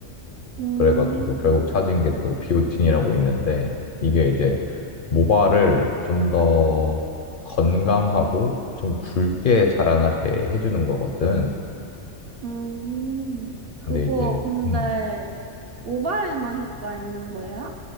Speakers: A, on the right (about 60°); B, on the left (about 55°).
A: 음,
B: 그래가지고 결국 찾은 게 또 비오틴이라고 있는데 이게 이제 모발을 좀 더 건강하고 좀 굵게 자라나게 해주는 거거든.
A: 음, 그거
B: 근데 이제
A: 근데
B: 음.
A: 모발에만 효과 있는 거야?